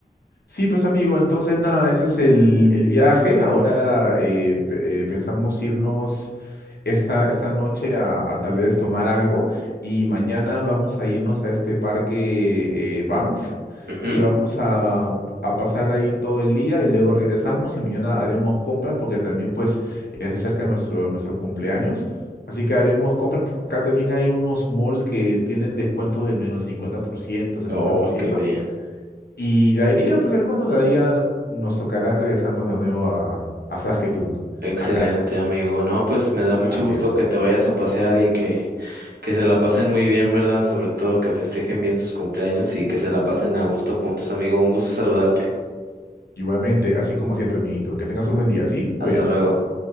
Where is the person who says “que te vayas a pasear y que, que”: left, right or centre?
Right